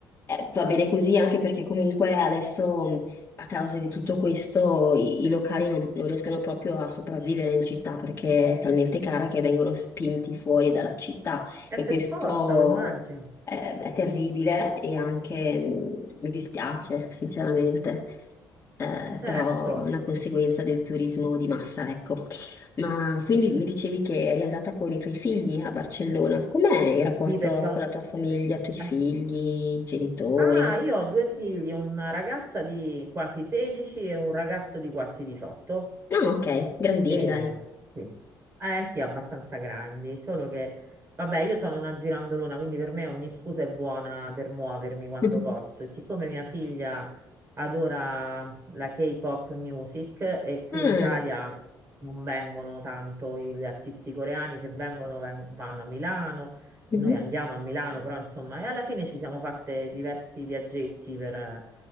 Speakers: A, on the left; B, on the right.
A: eh, va bene così anche perché comunque adesso mh, a causa di tutto questo i, i locali non, non riescono proprio a sopravvivere in città perché è talmente cara che vengono spinti fuori dalla città
B: eh.
A: e
B: È per
A: questo
B: forza, lo immagino,
A: eh, è terribile e anche mm, mi dispiace, sinceramente, Eh,
B: certo,
A: però è una conseguenza del turismo di massa, ecco. Ma quindi
B: sì,
A: mi dicevi che eri andata con i tuoi figli a Barcellona. Com'è il rapporto
B: Sì, perché... ho-
A: con la tua famiglia, i tuoi figli,
B: eh.
A: i genitori?
B: Ah, io ho due figli, una ragazza di quasi 16 e un ragazzo di quasi 18.
A: No, ok, grandini,
B: Eh,
A: dai.
B: sì. Eh sì, abbastanza grandi, solo che, vabbè, io sono una girandolona, quindi per me ogni scusa è buona per muovermi quando
A: <laughs>
B: posso. E siccome mia figlia adora la K-pop music e qui
A: Ah,
B: in Italia non vengono tanto gli artisti coreani, se vengono ven- vanno a Milano
A: mhm.
B: noi andiamo a Milano, però insomma, e alla fine ci siamo fatte diversi viaggetti per eh,